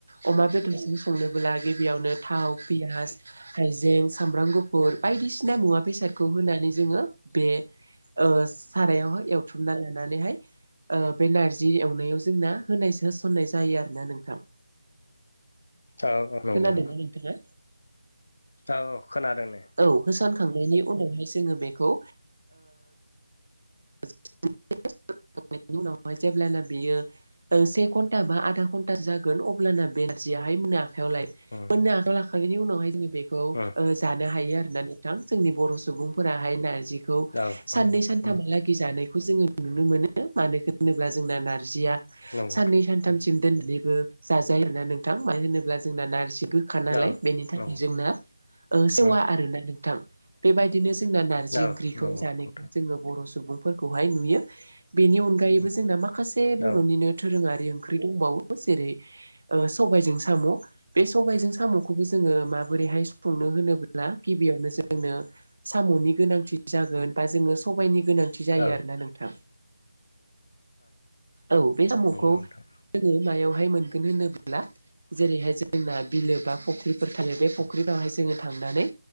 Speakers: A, on the right; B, on the left.
A: अमा बेदरजों संनोबोब्ला गिबियावनो थाव पियास हाइजें सामब्राम गुफुर बायदिसिना मुवा बेसादखौ होनानै जोङो बे ओ सारायावहाय एवथ्रमना लानानैहाय ओ बे नारजि एवनायाव जोंना होनायसो होसननाय जायो आरो ना नोंथां
B: औ औ नंगौ
A: खोनादोंना नोंथाङा?
B: औ औ खोनादों दे
A: औ होसोनखांनायनि उनावहाय जोङो बेखौ <unintelligible> उनावहाय जेब्लाना बियो ओ से घन्टा बा आधा घन्टा जागोन अब्लाना बे नारजियाहाय मोनो आखायाव लायो
B: उम
A: मोननो आखायाव लाखांनायनि उनावहाय जोङो बेखौ
B: उम
A: जानो हायो आरोना नोंथां जोंनि बर' सुबुंफोराहाय नारजिखौ
B: औ
A: साननै
B: नंगौ
A: सानथामहाला
B: उम
A: गै जानायखौ जोङो नुनो मोनो मानो होनोब्ला जोंना नारजिया
B: नंगौ
A: साननै सान थामसिम
B: उम
A: दोननानैबो जाजायो आरोना नोंथां मानो होनोब्ला जोंना नारजि खा नालाय
B: औ
A: बेनि थाखाय
B: नंगौ
A: जोंना सेवा
B: उम उम
A: आरोना नोंथां बेबायदिनो जोंना नारजि
B: औ
A: ओंख्रिखौ
B: नंगौ
A: जानायखौ
B: नोंथां
A: जोङो बर' सुबुं फोरखौहाय नुयो बेनि अनगायैबो
B: उम
A: जोंना माखासे
B: औ
A: बर'निनो दोरोङारि ओंख्रि दंबावो जेरै ओ सबायजों साम' बे सबायाइजों साम'खौ बे खौबो जोङो माबोरैहाय संनो होनोब्ला गिबियावनो जोंनो साम'नि गोनांथि जागोन बा जोङो सबायाइनि गोनांथि जायो
B: औ
A: आरोना नोंथां औ बे साम'खौ
B: नंगौ नोंथां
A: जोङो मायावहाय मोनगोन होनोब्ला ला जेरैहाय जोंना बिलो बा फख्रिफोर थायो बे फख्रिफोरावहाय जोङो थांनानै